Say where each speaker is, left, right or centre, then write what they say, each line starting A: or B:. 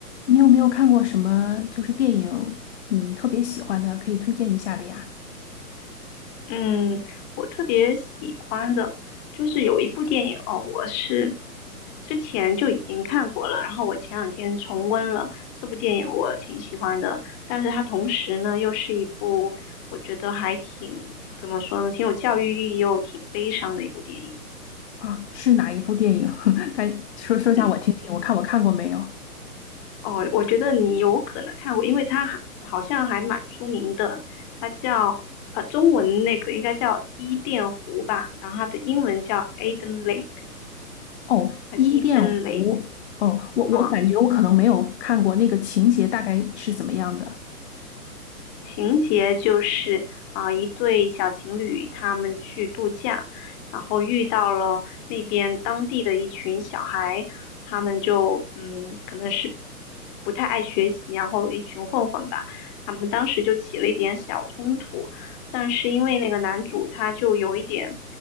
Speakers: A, on the left; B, on the left.
A: 你有没有看过什么就是电影你特别喜欢的，可以推荐一下的呀？
B: 嗯，我特别喜欢的就是有一部电影哦，我是之前就已经看过了，然后我前两天重温了这部电影，我挺喜欢的。但是它同时呢，又是一部我觉得还挺怎么说呢，挺有教育意义又挺悲伤的一部电影。
A: 啊，是哪一部电影？<laughs> 该说说一下我听听，
B: 嗯，
A: 我看我看过没有？
B: 哦，我觉得你有可能看过，因为它还好像还蛮出名的，它叫呃中文那个应该叫伊甸湖吧，然后它的英文叫 Eden Lake。
A: 哦，
B: 还是
A: 《伊甸湖》。
B: e d e
A: 哦，我我感觉我可能没有看过那个情节大概是怎么样的。
B: 啊，情节就是啊，一对小情侣他们去度假，然后遇到了那边当地的一群小孩，他们就嗯，可能是不太爱学习，然后一群混混吧，他们当时就起了一点小冲突，但是因为那个男主他就有一点。